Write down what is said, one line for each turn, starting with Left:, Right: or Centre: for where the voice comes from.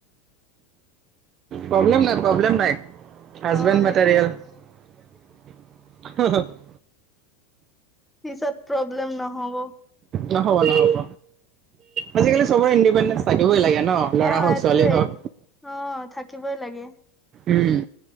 Right: প্ৰব্লেম নাই, প্ৰব্লেম নাই, হাজবেণ্ড
Centre: অ
Right: মেটেৰিয়েল
Centre: এইটোৱে
Right: <unintelligible>
Centre: পিছত, প্ৰব্লেম নহ'ব।
Right: নহ'ব, নহ'ব। আজিকালি চবৰে ইণ্ডিপেণ্ডেন্ঞ্চ থাকিবই লাগে ন'? ল'ৰা
Centre: অ',
Right: হওক
Centre: এইটোৱে,
Right: ছোৱালী হওক
Centre: অঁ থাকিবই লাগে।
Right: উম'